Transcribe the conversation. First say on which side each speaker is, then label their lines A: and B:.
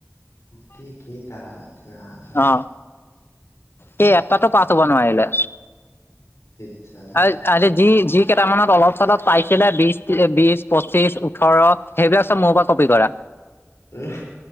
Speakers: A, on the left; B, on the left.
A: গোটেই কেইটাত ৰাম!
B: অ সি এটাতো পাছ হ'ব নোৱাৰিলে।
A: ধেৎ চাল্লা।
B: আৰু কালি সি যি কেইটামানত অলপ চলপ পাইছিলে বিছ, ট্ৰি, বিছ, পঁচিশ, ওঠৰ সেইবিলাক চব মোৰ পৰা কপি কৰা।
A: উম।